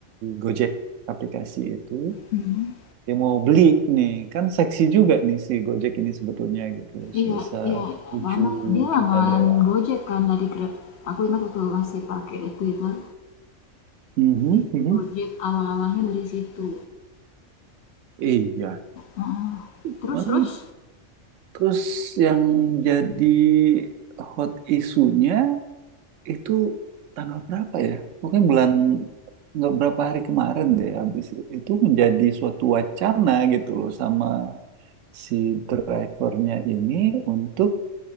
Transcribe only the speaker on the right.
Gojek aplikasi itu.
Dia mau beli nih, kan seksi juga nih si Gojek ini sebetulnya gitu,
sebesar
tujuh
juta dolar.
Mhm,
mhm.
Iya,
cuman
Terus yang jadi hot isunya itu tanggal berapa ya? Pokoknya bulan nggak berapa hari kemarin deh. Habis itu menjadi suatu wacana gitu loh sama si drivernya ini untuk